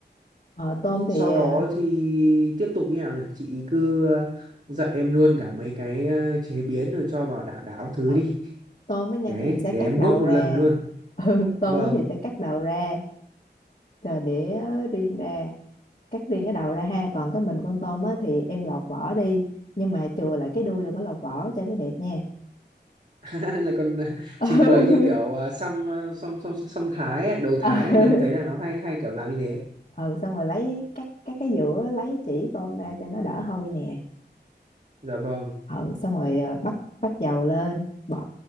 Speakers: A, on the left; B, on the right.
A: ờ, tôm thì
B: Sau
A: ờ,
B: đó thì tiếp tục như nào nhỉ? Chị cứ ờ, dạy em luôn cả mấy cái ờ, chế biến rồi cho vào đảo đảo thứ
A: Ờ,
B: đi.
A: tôm á nha
B: Đấy,
A: thì em sẽ
B: để
A: cắt
B: em
A: đầu
B: nốt một
A: ra
B: lần luôn.
A: <laughs> ừ, tôm
B: Vâng,
A: á thì sẽ cắt đầu ra rồi để ờ, riêng ra cắt riêng cái đầu ra ha còn cái mình con tôm á thì em lọc vỏ đi nhưng mà chừa lại cái đuôi đừng có lọc vỏ cho nó đẹp nha
B: <laughs> lại còn ờ,
A: <laughs>
B: trình
A: ừ,
B: bày như kiểu ờ, xăm, ờ, xăm, xăm, xăm Thái ấy, đồ Thái
A: ừ,
B: ấy, là em thấy là nó hay hay kiểu làm như thế.
A: ừ xong rồi lấy cắt cắt cái giữa lấy chỉ tôm ra cho nó đỡ hôi nè
B: Dạ vâng,
A: ừ, xong rồi ờ, bắt bắt dầu lên bỏ